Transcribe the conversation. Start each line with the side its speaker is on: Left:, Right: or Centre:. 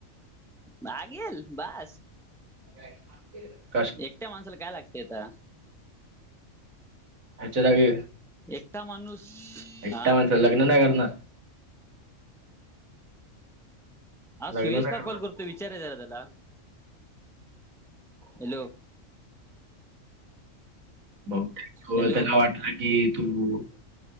Centre: भागेल, बास.
Right: <unintelligible>
Centre: एकट्या माणसाला काय लागते, आता?
Right: याच्याजागी का?
Centre: एकटा माणूस
Right: एकटा
Centre: हा
Right: माणसंचं लग्न नाही करणार?
Centre: हा
Right: लग्न
Centre: सुयश
Right: नाही
Centre: का
Right: करणार
Centre: कॉल करतोय, विचार रे जरा त्याला? हॅलो?
Right: ब, हो
Centre: हॅलो
Right: त्याला वाट ना की तू